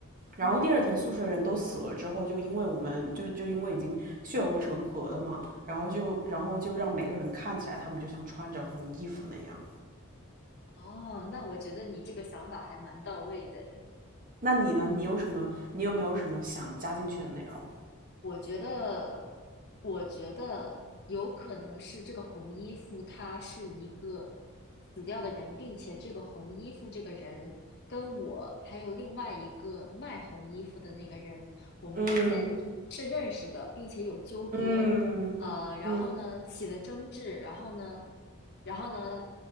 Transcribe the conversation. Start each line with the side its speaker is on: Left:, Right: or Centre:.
Right: 然后第二天宿舍人都死了之后，
Left: 嗯，
Right: 就因为我们就就因为已经血流成河了嘛，然后就然后就让每个人看起来他们就像穿着红衣服那样。
Left: 哦，那我觉得你这个想法还蛮到位的诶
Right: 那你呢？你有什么？你有没有什么想加进去的内容？
Left: 我觉得，我觉得有可能是这个红衣服他是一个死掉的人，并且这个红衣服这个人跟我还有另外一个卖红衣服的那个人，我们之间是认识的，
Right: 嗯
Left: 并且有纠葛。
Right: 嗯嗯
Left: 呃，然后呢起了争执，然后呢，然后呢